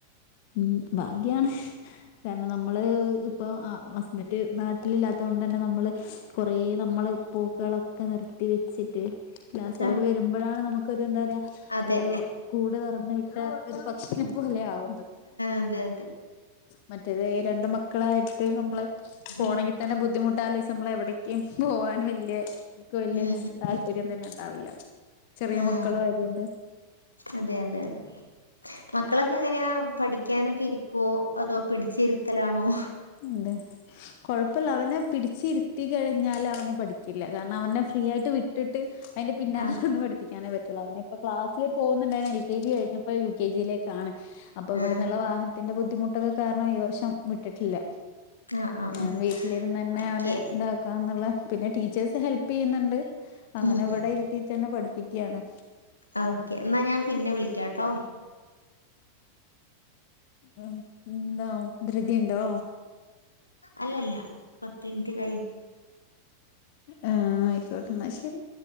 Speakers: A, on the left (about 50°); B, on the left (about 85°).
A: ഉം ഭാഗ്യാണ് കാരണം നമ്മള് ഇപ്പോൾ ഹസ്ബൻ്റ് നാട്ടിലില്ലാത്ത കൊണ്ട് തന്നെ നമ്മൾ കുറേ നമ്മൾ പോക്കുകളൊക്കെ നിർ ത്തി വെച്ചിട്ട് ലാസ്റ്റ്
B: ആഹ്
A: അവര് വരുമ്പോഴാണ് നമുക്കൊരു എന്താ പറയാ
B: അതെ
A: ഒരു കൂട് തുറന്ന് വി ഇല്ലാത്തൊരു പക്ഷിനെ പോലെയാവുന്നു
B: അതെ അതെ
A: മറ്റേത് രണ്ട് മക്കളായിട്ട് നമ്മള് പോണെങ്കി
B: ഉം
A: തന്നെ ബുദ്ധിമുട്ടാലോ നമ്മളെവിടേക്കും പോകാൻ വല്യ വല്യ
B: ഉം
A: താല്പര്യം
B: ഉം
A: തന്നെ ഉണ്ടാവില്ല ചെറിയ
B: ആഹ്
A: മക്കളും ആയതുകൊണ്ട്
B: അതെ അതെ അതെ മക്കളൊക്കെ എങ്ങനെയാ പഠിക്കാനൊക്കെ ഇരിക്കുവോ അതോ പിടിച്ചിരുത്തലാണോ
A: അതെ കൊഴപ്പമില്ല അവനെ പിടിച്ച് ഇരുത്തി കഴിഞ്ഞാല് അവന് പഠിക്കില്ല കാരണം അവനെ ഫ്രീ ആയിട്ട് വി ട്ടിട്ട് അതിന്റെ പിന്നാലെ
B: ആഹ്
A: നടന്ന് പഠി പ്പിക്കാനേ പറ്റുള്ളൂ. അവനിപ്പൊ ക്ലാസ്സില് പോകുന്നുണ്ടായിന്നു എൽ കെ ജി കഴിഞ്ഞിപ്പോ യു കെ ജിയിലേക്കാണ് അപ്പൊ ഇവിടെന്നുള്ള
B: ആഹ്
A: വാഹനത്തിന്റെ ബുദ്ധിമുട്ടൊക്കെ കാരണം ഈ വർഷം വിട്ടിട്ടില്ല
B: ആഹ് ആഹ്
A: ഞൻ
B: ആഹ്
A: വീട്ടിലിരുന്ന് തന്നെ അവനെ
B: ഓക്കെ
A: ഇതാക്കാന്നുള്ള പിന്നെ ടീച്ചേഴ്സ് ഹെൽപ് ചെയ്യുന്നുണ്ട്, അങ്ങനെ
B: ഉം
A: എവിടെ
B: ഉം
A: ഇരുത്തി തന്നെ പഠിപ്പിക്കുകയാണ്
B: ഓക്കെ എന്നാൽ ഞാൻ പിന്നെ വിളിക്കാം ട്ടോ
A: ഉം എന്താ ധൃതിണ്ടോ
B: അല്ലല്ല പത്തുമിനിറ്റ് കഴിഞ്ഞ്
A: ആഹ് ആയിക്കോട്ട് എന്നാ ശരി